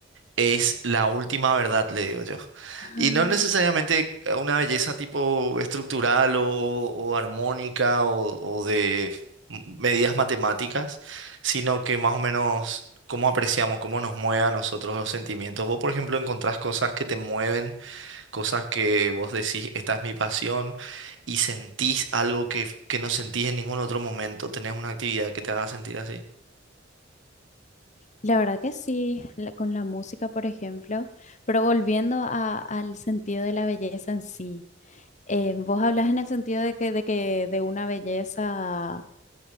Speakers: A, on the right; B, on the left.
A: es la última verdad, le digo yo.
B: Ah,
A: Y no necesariamente una belleza tipo estructural o, o armónica o, o de medidas matemáticas, sino que más o menos cómo apreciamos, cómo nos mueve a nosotros los sentimientos. Vos, por ejemplo, encontrás cosas que te mueven cosas que vos decís, esta es mi pasión, y sentís algo que, que no sentís en ningún otro momento, tenés una actividad que te haga sentir así.
B: La verdad que sí, la- con la música, por ejemplo, pero volviendo a- al sentido de la belleza en sí, eh, vos hablas en el sentido de que de, que, de una belleza